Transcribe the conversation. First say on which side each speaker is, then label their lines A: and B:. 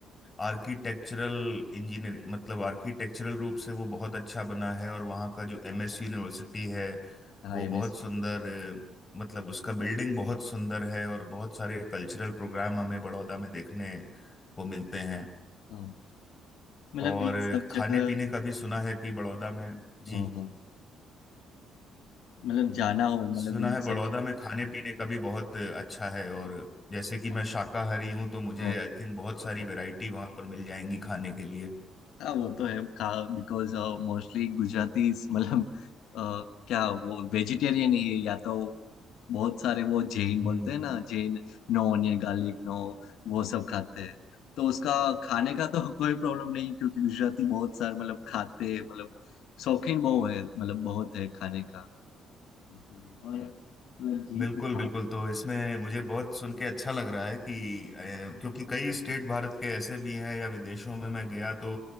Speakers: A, on the left; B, on the left.
A: आर्किटेक्चरल इंजीनियर मतलब आर्किटेक्चरल रूप से वो बहुत अच्छा बना है और वहाँ का जो एमएस
B: हाँ
A: यूनिवर्सिटी है
B: हाँ
A: वो
B: MSC
A: बहुत सुंदर अ, मतलब उसका बिल्डिंग बहुत सुंदर है और बहुत सारे कल्चरल प्रोग्राम हमें बड़ौदा में देखने को मिलते हैं
B: हाँ मतलब
A: और
B: इन सब जगह
A: खाने पीने का भी सुना है कि बड़ौदा में जी
B: हाँ हाँ मतलब जाना हो मतलब
A: सुना
B: इन
A: है बड़ौदा
B: सब जगह
A: में खाने पीने का भी बहुत अच्छा है और जैसे कि
B: हाँ
A: मैं शाकाहारी हूँ तो मुझे
B: हाँ
A: आई थिंक बहुत
B: हाँ
A: सारी वैरायटी वहां पर मिल जाएंगी खाने के लिए
B: हाँ वो तो है खा बिकॉज मोस्टली गुजराती मतलब अ, क्या वो वेजिटेरियन ही है या तो बहुत सारे वो जैन
A: हम्म
B: बोलते
A: हम्म।
B: हैं ना Jain no onion garlic no वो सब खाते हैं तो उसका खाने का तो कोई प्रॉब्लम नहीं क्योंकि गुजराती बहुत सारे मतलब खाते हैं मतलब शौकीन बहुत है मतलब बहुत है खाने का इसीलिए और मतलब जी
A: बिल्कुल
B: जहाँ
A: बिल्कुल तो इसमें मुझे बहुत सुन के अच्छा लग रहा है कि अ, क्योंकि कई स्टेट भारत के ऐसे भी हैं या विदेशों में मैं गया तो